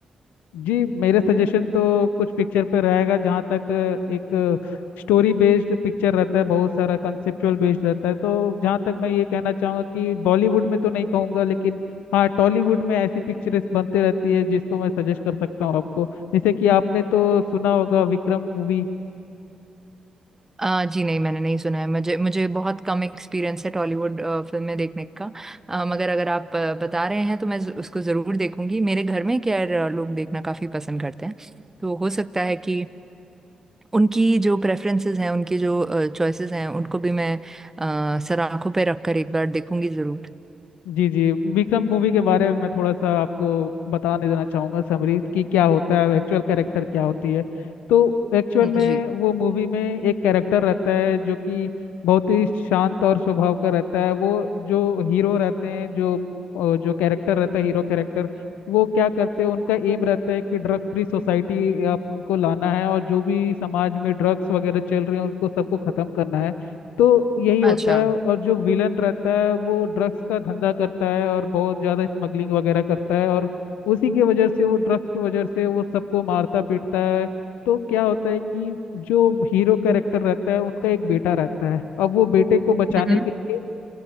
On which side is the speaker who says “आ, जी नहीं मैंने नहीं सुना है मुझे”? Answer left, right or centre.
Right